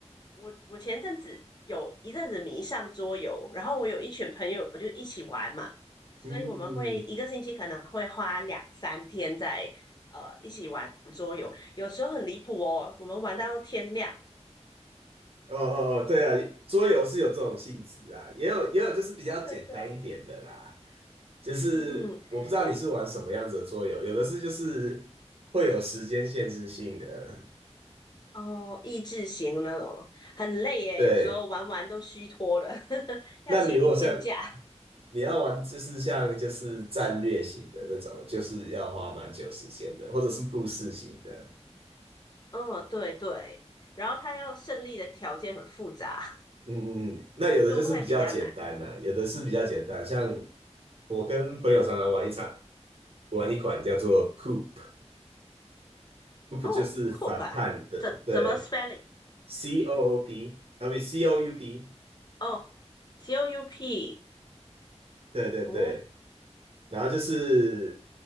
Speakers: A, on the left; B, on the right.
A: 我我前阵子有一阵子迷上桌游，然后我有一群朋友就一起玩嘛，所以我们会一个星期可能会花两三天在呃一起玩桌游，
B: 嗯嗯嗯嗯
A: 有时候很离谱哦，我们玩到天亮。
B: 哦哦哦，对啊，桌游是有这种性质啊，也有也有就是比较简单一点的啦，
A: 对对，
B: 就是我不知道你是玩什么样子的桌游，
A: 嗯嗯，哎
B: 有的是就是会有时间限制性的，
A: 哦，益智型那种很累耶，
B: 对，
A: 有时候玩玩都虚脱了，<laughs> 要请一天假。
B: 那你如果像你要玩就是像就是战略型的那种，就是要花蛮久时间的，或者是故事型的。
A: 嗯，对对，然后他要胜利的条件很复杂，
B: 嗯嗯嗯，那有的就是比较简单的、
A: <laughs> 就会比较难。
B: 有的是比较简单。像我跟朋友常常玩一场，玩一款叫做 Coop，Coop
A: 哦，coop
B: 就是反叛的，
A: 啊，怎怎么
B: 对
A: spelling？
B: ，C O O P，啊不 C O U P，
A: 哦，C O U P，
B: 对对对。
A: 哦，
B: 然后就是